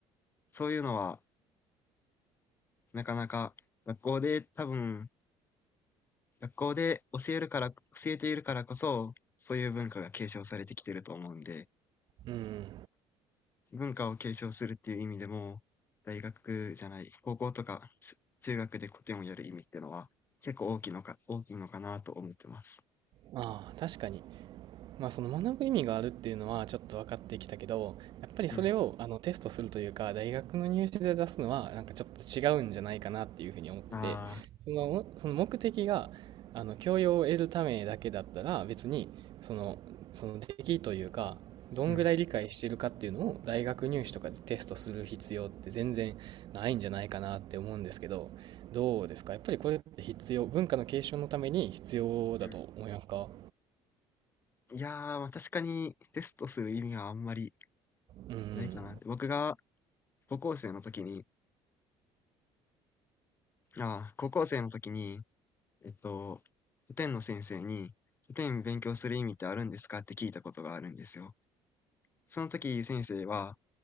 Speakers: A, on the left; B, on the right.
A: そういうのはなかなか学校で多分、学校で教えるから、教えているからこそ、そういう文化が継承されてきてると思うんで、
B: うん。
A: 文化を継承するっていう意味でも、大学じゃない、高校とか、し中学で古典をやる意味っていうのは、結構大きいのか大きいのかなと思ってます。
B: ああ、確かに。まあ、その学ぶ意味があるっていうのはちょっと分かってきたけどやっぱりそれをあのテストするというか大学の入試で出すのはなんかちょっと違うんじゃないかなっていうふうに思っててそのその目的があの教養を得るためだけだったら別にそのその出来というかどんぐらい理解してるかっていうのを大学入試とかでテストする必要って全然ないんじゃないかなって思うんですけどどうですかやっぱりこれって必要文化の継承のために必要だと思いますか
A: うん。ああ、うん、うん。いやー、まあ確かにテストする意味はあんまり
B: うん
A: ないかなって。僕が高校生の時に、ああ、高校生の時に、えっと、古典の先生に、古典勉強する意味ってあるんですかって聞いたことがあるんですよ。その時先生は、